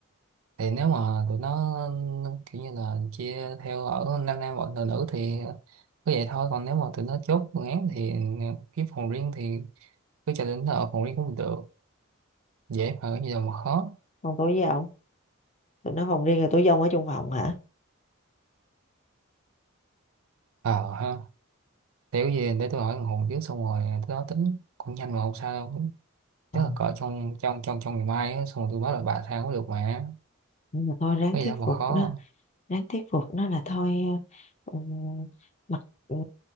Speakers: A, on the right; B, on the left.
A: thì nếu mà tụi nó kiểu như là chia theo ở nam nam bọn nữ nữ thì cứ vậy thôi còn nếu mà tụi nó chốt phương án thì kiếm phòng riêng thì cứ cho đến ở phòng riêng cũng được dễ mà cái gì đâu mà khó
B: còn tôi với ông tụi nó phòng riêng rồi tôi với ông ở chung phòng hả
A: ờ ha để cái gì để tôi hỏi thằng Hùng trước xong rồi tới đó tính cũng nhanh mà không sao đâu
B: Ờ,
A: chắc là cỡ trong trong trong trong ngày mai á, xong rồi tôi báo lại bà sao cũng được mà
B: nhưng mà thôi ráng
A: cái
B: thuyết
A: gì đâu mà
B: phục
A: khó
B: nó ráng thuyết phục nó là thôi ờ, ừ, mặc ừ,